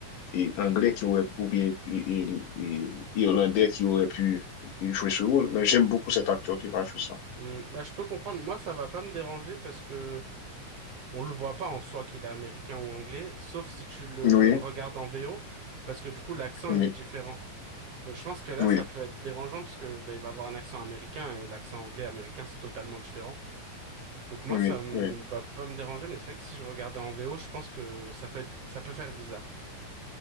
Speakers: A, on the left (about 85°); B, on the right (about 60°).
A: et anglais qui auraient, ou bien et- et- et irlandais qui auraient pu jouer ce rôle. Mais j'aime beaucoup cet acteur qui va jouer ça.
B: Hum, bah, je peux comprendre. Moi, ça va pas me déranger parce que on le voit pas en soi qu'il est américain ou anglais, sauf si tu le
A: Oui,
B: regardes en VO, parce que du coup l'accent
A: oui,
B: il est différent. Donc je pense que là
A: oui,
B: ça peut être dérangeant parce que bah il va avoir un accent américain et l'accent anglais américain c'est totalement différent. Donc moi
A: oui,
B: ça me
A: oui.
B: va pas me déranger, mais c'est vrai que si je regardais en VO, je pense que ça peut être, ça peut faire bizarre.